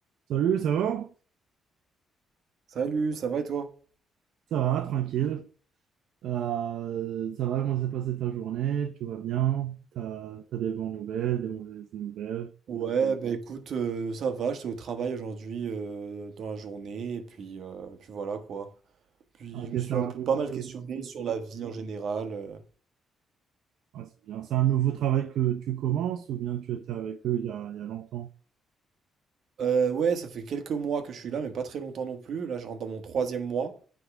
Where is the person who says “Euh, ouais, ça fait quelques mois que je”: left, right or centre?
Right